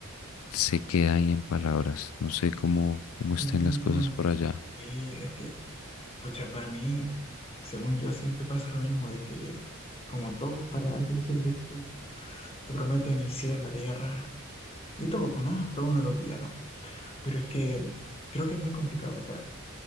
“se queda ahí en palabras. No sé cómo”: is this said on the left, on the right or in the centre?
Left